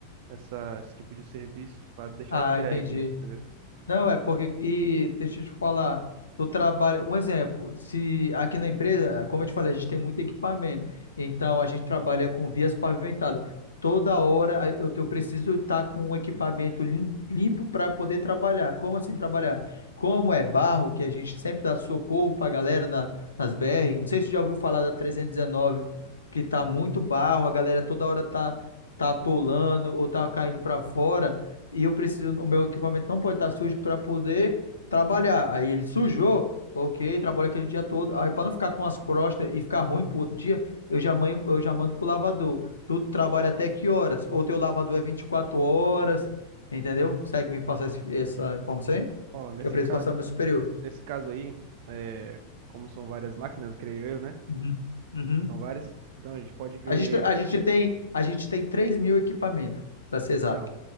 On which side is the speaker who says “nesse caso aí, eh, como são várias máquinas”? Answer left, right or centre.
Right